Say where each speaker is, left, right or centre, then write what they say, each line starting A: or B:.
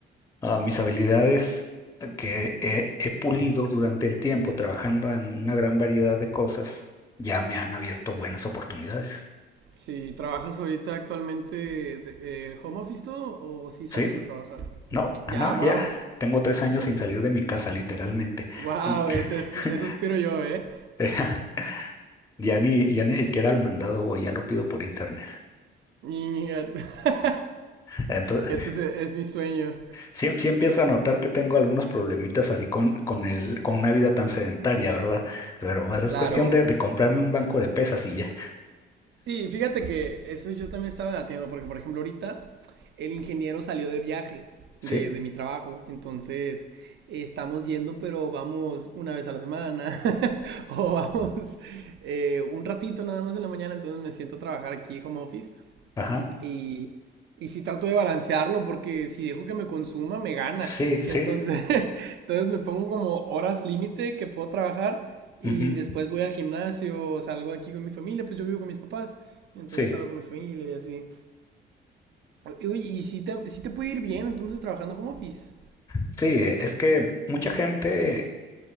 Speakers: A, on the left (about 15°); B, on the right (about 65°).
A: ah, mis habilidades que he, he pulido durante el tiempo trabajando en una gran variedad de cosas, ya me han abierto buenas oportunidades.
B: Si trabajas ahorita actualmente de- eh, home office todo o si sales
A: Sí,
B: a trabajar.
A: No,
B: Ya,
A: no,
B: wow.
A: ya. Tengo tres años sin salir de mi casa, literalmente.
B: Wow, ese
A: <laughs>
B: es, eso aspiro yo, ¿eh?
A: Eh, Ya ni, ya ni siquiera al mandado voy, ya lo pido por internet.
B: Ñiñiga. <laughs>
A: Entonces,
B: Ese es, es mi sueño.
A: sí, sí empiezo a notar que tengo algunos problemitas así con, con el, con una vida tan sedentaria, ¿verdad? Pero pues, es
B: Claro.
A: cuestión de, de comprarme un banco de pesas y ya.
B: Sí, fíjate que eso yo también estaba debatiendo, porque por ejemplo ahorita el ingeniero salió de viaje
A: Sí,
B: de, de mi trabajo, entonces eh, estamos yendo, pero vamos una vez a la semana, <laughs> o vamos eh, un ratito nada más en la mañana, entonces me siento a trabajar aquí home office
A: ajá.
B: y, y sí trato de balancearlo porque si dejo que me consuma, me gana.
A: Sí, sí.
B: Entonces, <laughs> entonces me pongo como horas límite que puedo trabajar y
A: ujú,
B: después voy al gimnasio, salgo aquí con mi familia, pues yo vivo con mis papás, entonces
A: Sí,
B: salgo con mi familia y así. Y, oye, y si te, si te puede ir bien, entonces trabajando home office.
A: sí, es que mucha gente,